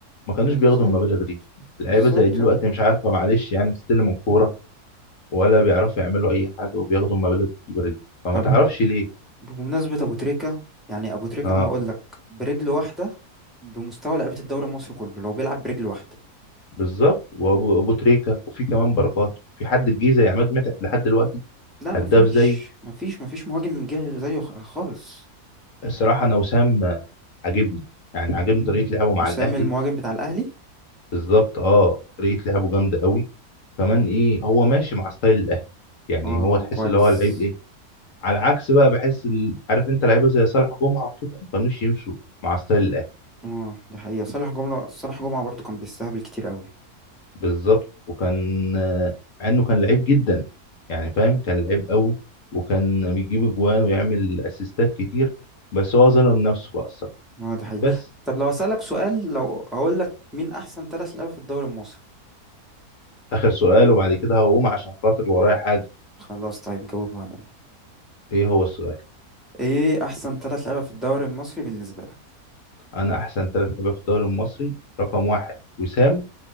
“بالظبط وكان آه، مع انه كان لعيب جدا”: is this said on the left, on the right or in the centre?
Left